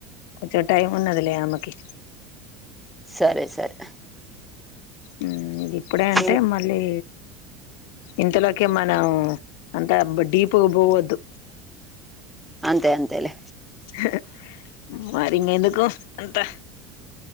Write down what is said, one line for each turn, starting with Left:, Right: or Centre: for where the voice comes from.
Left: కొంచెం టైం ఉన్నదిలే అమ్మకి
Centre: సరె సరె
Left: ఉమ్ ఇప్పుడే అంటే
Centre: హ్మ్.
Left: మళ్ళీ ఇంతలోకె మనం అంత డీప్ గ పోవద్దు
Centre: అంతే అంతేలే
Left: హె మారింగ్ ఎందుకు అంతా